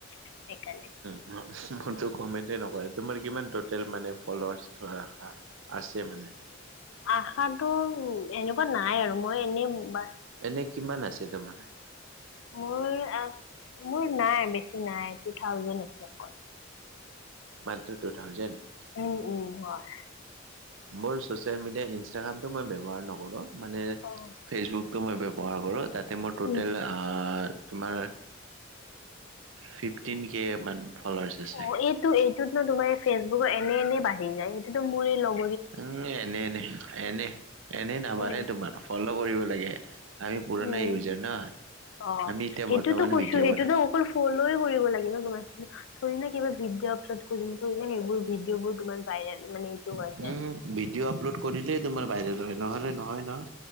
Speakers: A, on the left; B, on the right.
A: সেইকাৰ নে।
B: ম, কমেন্ত নকৰে, তোমাৰ কিমান তিতেল ফলৱাৰ ধা আছে, মানে।
A: আশা উ, এনেকুৱা নাই আৰু মই এনেই বা
B: এনে কিমান আছে তমাৰ
A: মোৰ, মোৰ নাই, বেছি নাই, টু থাউজেণ্ আছে অকল।
B: মাত্ৰ টু থাউজেণ্ড।
A: উ, উ, হয়।
B: মোৰ চচেল মিডিয়া, ইনাগ্ৰামটো মই বৱহাৰ নকৰো। মানে
A: অ'।
B: ফেচব মই ব্যৱহাৰ কৰোঁ, তাতে মই টটেল
A: উম।
B: তোমাৰ ফিফটিন কে, মান। ফল'ৱাৰ্চ আছে।
A: অ, এইটো, এইটোত ন, তোমাৰ ফেচবুক এনে, এনে বাঢ়ি যায়। এইটোতো মো, লগ
B: উম, এনে, এনে, এনে, এনেই নাবাৰে
A: উম
B: তোমাৰ ফল' কৰিব লাগে। আমি পুৰনা
A: উম
B: ইউজাৰ ন।
A: অ,
B: আমি এতিয়া
A: সেইটোতো
B: বৰ্তমান
A: কৈছো,
B: ভিডিঅ'
A: সেইটোতো
B: বনাওঁ।
A: অকল ফলয় কৰিব লাগে ন, তোমাৰ ধৰি ন, কিবা ভিডিঅ থ, যেন, এইবোৰ ভিডিঅ' বোৰ তোমাৰ ভাইৰেল মানে এইটো
B: উম,
A: হৈ যায়।
B: ভিডিঅ' আপলোড কৰিলেই তোমাৰ বাইৰেল হয়। নহলে, নহয়, নহ।